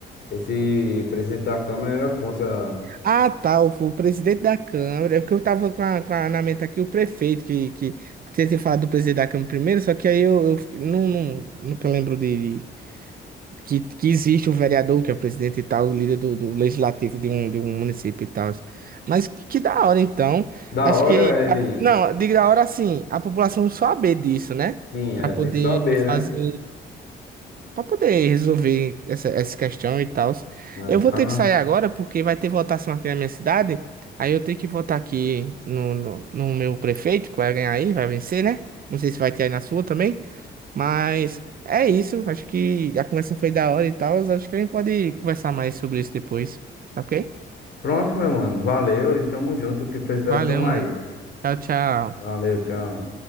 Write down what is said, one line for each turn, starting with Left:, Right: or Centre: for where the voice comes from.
Left: esse presidente da Câmara era contra.
Right: Ah, tá, o, o presidente da Câmara. É porque eu tava com, a- com a- na mente aqui o prefeito, que, que você tinha falado do presidente da Câmara primeiro, só que aí eu, eu fiquei- não, não, nunca lembro de, de- que, que existe o vereador, que é o presidente e tal, o líder do, do legislativo de um, de um município e tal. Mas que, que da hora, então.
Left: Da
Right: Acho
Left: hora
Right: que.
Left: ele.
Right: a po- não, digo da hora assim, a população saber disso, né?
Left: Sim,
Right: Pra
Left: é,
Right: poder
Left: tem que saber,
Right: fazer.
Left: né?
Right: Pra poder resolver essa, essa questão e tal.
Left: É,
Right: Eu
Left: tá
Right: vou ter
Left: na...
Right: que sair agora porque vai ter votação aqui na minha cidade. Aí eu tenho que votar aqui no, no, no meu prefeito, que vai ganhar aí, vai vencer, né? Não sei se vai ter aí na sua também. Mas é isso. Acho que a conversa foi da hora e tal. Acho que a gente pode conversar mais sobre isso depois. Tá ok?
Left: Pronto, meu mano. Valeu e tamo junto. O que precisar,
Right: Valeu,
Left: tamo
Right: mano.
Left: aí.
Right: Tchau, tchau.
Left: Valeu, tchau.